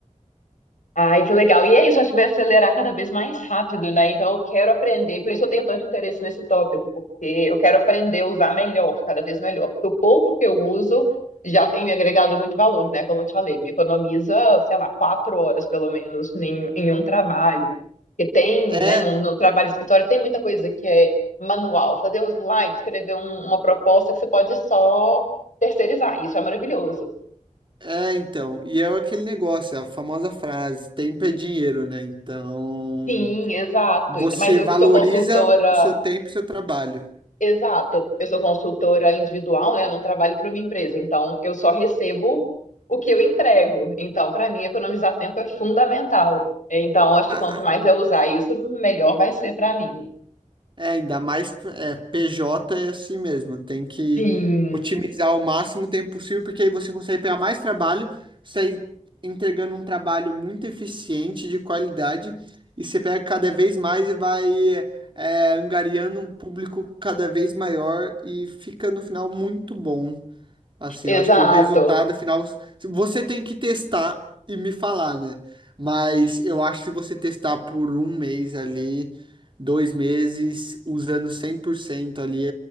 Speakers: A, on the left (about 70°); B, on the right (about 40°).
A: Ai, que legal. E é isso, acho que vai acelerar cada vez mais rápido, né? Então eu quero aprender, por isso eu tenho tanto interesse nesse tópico, porque eu quero aprender a usar melhor, cada vez melhor. Porque o pouco que eu uso já tem me agregado muito valor, né? Como eu te falei, me economiza, sei lá, quatro horas pelo menos em, em um trabalho. Porque tem,
B: É,
A: né, no, no trabalho de escritório tem muita coisa que é manual, fazer um slide, escrever um- uma proposta que você pode só terceirizar. Isso é maravilhoso.
B: é então, e é aquele negócio, é a famosa frase, tempo é dinheiro, né? Então,
A: Sim, exato.
B: você
A: Ainda mais eu
B: valoriza
A: que sou consultora
B: o seu tempo e o seu trabalho.
A: Exato. Eu sou consultora individual, né? Eu Não trabalho para uma empresa, então eu só recebo o que eu entrego. Então, para mim, economizar tempo é fundamental. Então, acho
B: Ah.
A: que quanto mais eu usar isso, melhor vai ser para mim.
B: É, ainda mais é, PJ é assim mesmo, tem que
A: Sim,
B: otimizar o máximo tempo possível, porque aí você consegue pegar mais trabalho, sai entregando um trabalho muito eficiente, de qualidade, e você pega cada vez mais e vai é, angariando um público cada vez maior e fica no final muito bom. Assim,
A: exato.
B: eu acho que o resultado final você tem que testar e me falar, né? Mas eu acho que se você testar por um mês ali, dois meses, usando 100% ali,